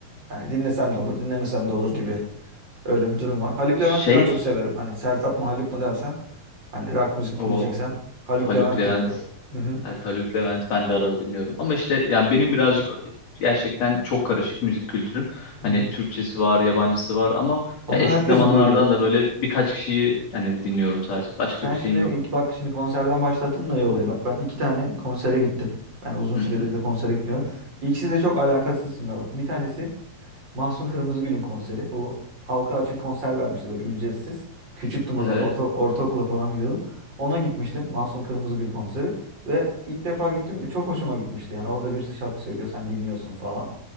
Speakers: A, on the right; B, on the left.
A: Yani dinlesem de olur, dinlemesem de olur gibi. Öyle bir durum var. Haluk
B: Şey
A: Levent'i daha çok severim. Hani Sertab mı Haluk mu dersen hani rock müzik
B: o
A: dinleyeceksem Haluk
B: Haluk
A: Levent
B: Levent.
A: dinlerim. Hı hı.
B: Evet Haluk Levent ben de arada dinliyorum. Ama işte ya benim birazcık e, gerçekten çok karışık müzik kültürüm.
A: Hı
B: Hani
A: hı.
B: Türkçesi var, yabancısı var ama
A: Ama
B: ya eski
A: herkesin
B: zamanlardan
A: öyle.
B: da böyle birkaç kişiyi hani dinliyorum sadece. Başka
A: Sen
B: bir
A: şimdi
B: şeyim
A: ilk
B: yok.
A: bak şimdi konserden başlattın da ya olayı. Bak ben iki tane konsere gittim. Yani uzun süredir
B: Hı hı.
A: de konsere gitmiyorum. İkisi de çok alakasız isimler bak. Bir tanesi Mahsun Kırmızıgül'ün konseri. Bu halka açık konser vermişti böyle ücretsiz. Küçüktüm o
B: Evet.
A: zaman orta, ortaokula falan gidiyordum. Ona gitmiştim Mahsun Kırmızıgül konseri. Ve ilk defa gittim çok hoşuma gitmişti. Yani orada birisi şarkı söylüyor sen dinliyorsun falan.